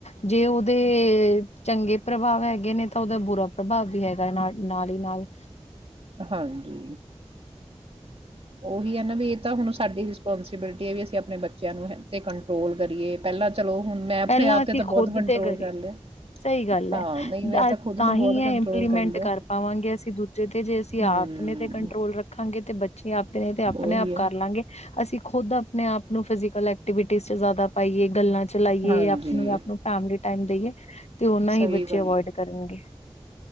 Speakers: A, on the left; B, on the right.
A: ਜੇ ਉਹਦੇ ਚੰਗੇ ਪ੍ਰਭਾਵ ਹੈਗੇ ਨੇ ਤਾਂ ਉਹਦਾ ਬੁਰਾ ਪ੍ਰਭਾਵ ਵੀ ਹੈਗਾ ਨਾਲ ਨਾਲ ਹੀ ਨਾਲ।
B: ਹਾਂਜੀ। ਉਹੀ ਹੈ ਨਾ ਵੀ ਇਹ ਤਾਂ ਹੁਣ ਸਾਡੀ ਰਿਸਪੋਂਸੀਬਿਲਿਟੀ ਹੈ ਵੀ ਅਸੀਂ ਆਪਣੇ ਬੱਚਿਆਂ ਨੂੰ ਤੇ ਕੰਟਰੋਲ ਕਰੀਏ ਪਹਿਲਾਂ ਚਲੋ ਹੁਣ ਮੈਂ ਆਪਣੇ
A: ਪਹਿਲਾਂ
B: ਆਪ
A: ਅਸੀਂ
B: ਤੇ ਤਾਂ ਬਹੁਤ
A: ਖੁਦ
B: ਕੰਟਰੋਲ
A: ਤੇ ਕਰੀਏ
B: ਕਰ ਲਿਆ
A: ਸਹੀ ਗੱਲ
B: ਹਾਂ
A: ਹੈ
B: ਨਹੀਂ ਮੈਂ
A: ਅ
B: ਖੁਦ
A: ਤਾਂ
B: ਨੂੰ
A: ਹੀ
B: ਬਹੁਤ
A: ਇਹ
B: ਕੰਟਰੋਲ
A: ਇੰਪਲੀਮੈਂਟ
B: ਲਿਆ
A: ਕਰ ਪਾਵਾਂਗੇ ਅਸੀਂ ਦੂਜੇ ਤੇ ਜੇ ਅਸੀਂ
B: ਹੂੰ
A: ਆਪ ਨੇ ਤੇ ਕੰਟਰੋਲ ਰੱਖਾਂਗੇ ਤੇ ਬੱਚੇ ਆਪ ਨੇ ਤੇ ਆਪਣੇ
B: ਉਹੀ
A: ਆਪ
B: ਹੈ
A: ਕਰ ਲਾਂਗੇ ਅਸੀਂ ਖੁਦ ਆਪਣੇ ਆਪ ਨੂੰ ਫਿਜ਼ਕਲ ਐਕਟੀਵਿਟੀ ਚ ਜ਼ਿਆਦਾ ਪਾਈਏ ਗੱਲਾਂ ਚ ਏ
B: ਹਾਂਜੀ
A: ਆਪ ਨੂੰ ਆਪ ਨੂੰ ਫੈਮਲੀ ਟਾਈਮ ਦੇਈਏ ਤੇ ਓਨਾਂ ਹੀ
B: ਸਹੀ
A: ਬੱਚੇ
B: ਗੱਲ
A: ਅਵੋਇਡ
B: ਹੈ
A: ਕਰਨਗੇ।